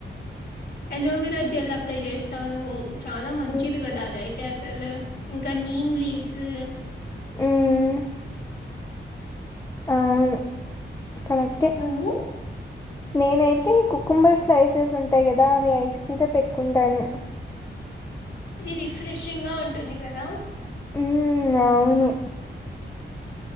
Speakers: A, on the left (about 55°); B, on the left (about 15°).
A: అలోవిరా జెల్ అప్లై జేస్తాను చాలా మంచిది
B: హ్మ్.
A: గదా అదయిత్ కసలు ఇంక నీమ్ లీవ్స్
B: హ్మ్. అవును కరెక్టే
A: నువ్వు?
B: నేనైతే కుకుంబర్ స్లైసెస్ ఉంటయి గదా అవి ఐస్ మీద పెట్టుకుంటాను
A: అది రిఫ్రెషింగ్ గా ఉంటుంది గదా
B: ఉమ్ అవును